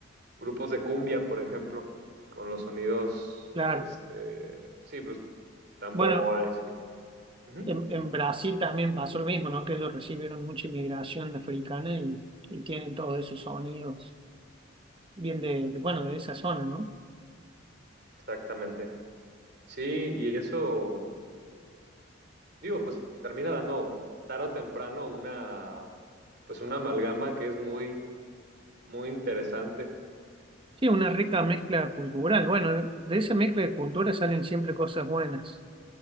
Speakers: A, on the right; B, on the right.
A: grupos de cumbia, por ejemplo, con los sonidos,
B: claro.
A: este, sí, pues tambores
B: Bueno,
A: y... Ujú,
B: En, en Brasil también pasó lo mismo, ¿no? Que ellos recibieron mucha inmigración africana y, y tienen todos esos sonidos, bien de, de- bueno, de esa zona, ¿no?
A: exactamente. Sí, y eso, digo, pues termina dando tarde o temprano una, pues una amalgama que es muy, muy interesante.
B: Sí, una rica mezcla cultural. Bueno, de, de esa mezcla de culturas salen siempre cosas buenas.